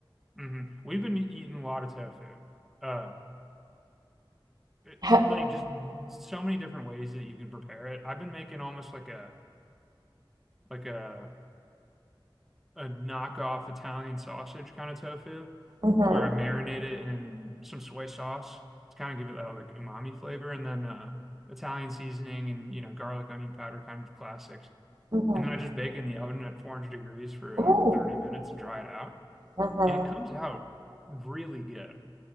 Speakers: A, in the centre; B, on the right (about 50°).
A: hmm We've been eating a lot of tofu. Uh, it-
B: <laughs>
A: it- like just so many different ways that you can prepare it. I've been making almost like a like a a knockoff Italian sausage kind of tofu,
B: hmm
A: where I marinate it in some soy sauce to kind of give it that like umami flavor, and then uh, Italian seasoning and you know garlic, onion powder, kind of the classics.
B: hmm
A: And then I just bake it in the oven at 400 degrees for
B: Ooh.
A: like 30 minutes and dry it out.
B: hmm
A: and it comes out really good.